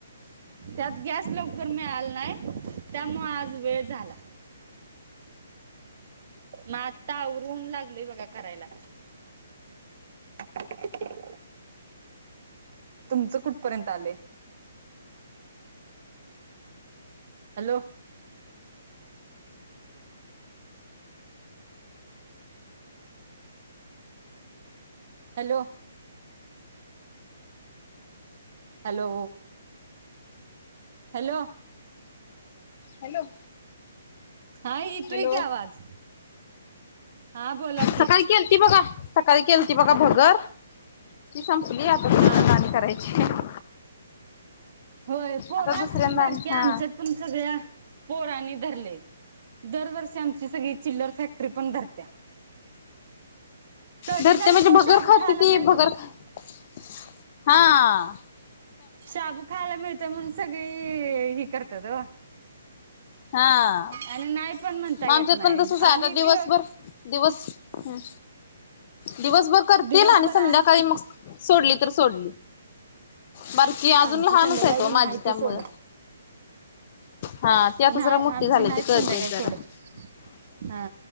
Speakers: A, on the right; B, on the left.
A: त्यात गॅस लवकर मिळाला नाही त्यामुळं आज वेळ झाला. म आत्ता आवरून लागलोय बघा करायला. <inaudible> तुमचं कुठपर्यंत आलय. Hello. Hello! Hello hello!
B: Hello.
A: हा येतोय
B: हॅलो
A: की आवाज. हां बोला की.
B: सकाळी केल ती बघा सकाळी केल ती बघा भगर ती संपली आता.
A: हां हां
B: करयची <inaudible>
A: होय पोहरं
B: आता दुसऱ्यांदा
A: असली की बारके
B: आणि
A: आमच्यात
B: हा
A: पण सगळ्या पोरनी धरलय. दरवर्षी आमची सगळी चिल्लर फॅक्टरी पण धरत्या. कळती
B: धरते
A: झालेत
B: म्हणजे भगर
A: शाबू
B: खाते
A: खायला
B: ती
A: मिळत
B: भगर खा हा
A: शाबू खायला मिळत मग सगळी ह करतात.
B: हा
A: आणि नाही पण म्हणता
B: मग
A: येत
B: आमच्यात
A: नाही
B: पण तसच आहे,
A: आणि
B: आता दिवसभर
A: दिव
B: दिवस ह दिवसभर करतील
A: दिवसभर
B: आणि संध्याकाळी
A: आज
B: मग सोडली तर सोडली बरकी अजून
A: आमची
B: लहानच
A: संध्याकाळी
B: आहेत
A: बी नाही
B: माझी त्यामुळं.
A: ती सोडत
B: हा ती आता
A: नाही
B: जरा मोठ्ठे
A: आमची
B: झाले
A: नाहीत
B: ते कळते
A: संध्याकाळी
B: जरा.
A: सोडत हा